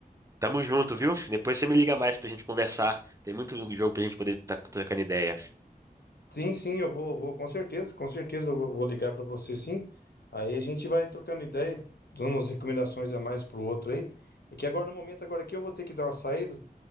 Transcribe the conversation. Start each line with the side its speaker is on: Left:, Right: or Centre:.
Right: Tamo junto, viu? Depois você me liga mais pra gente conversar. Tem muito jogo pra gente poder estar trocando ideia.
Left: Sim, sim, eu vou, vou, com certeza, com certeza eu vou, vou ligar para você sim. Aí a gente vai trocando ideia, dando umas recomendações a mais pro outro aí. É que agora no momento agora aqui eu vou ter que dar uma saída,